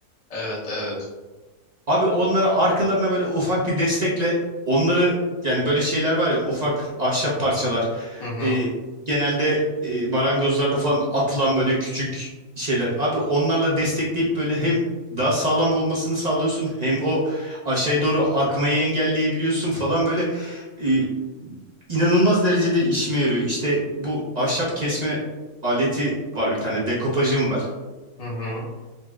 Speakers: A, on the left; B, on the right.
A: Evet evet.
B: Abi onları arkalarına böyle ufak bir destekle onları yani böyle şeyler var ya ufak ahşap parçalar.
A: Hı hı.
B: Ee, genelde e, marangozlarda falan atılan böyle küçük şeyler. Abi onlarla destekleyip böyle hem daha sağlam olmasını sağlıyorsun hem o aşağıya doğru akmayı engelleyebiliyorsun falan böyle e, inanılmaz derecede işime yarıyor. İşte bu ahşap kesme aleti var bir tane dekopajım var.
A: Hı hı.